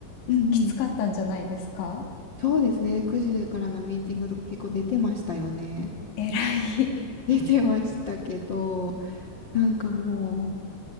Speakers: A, on the left; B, on the left.
A: うんうん。
B: きつかったんじゃないですか
A: そうですね。9時からのミーティングとか結構出てましたよね。
B: 偉い。
A: 出てましたけど、なんかもう、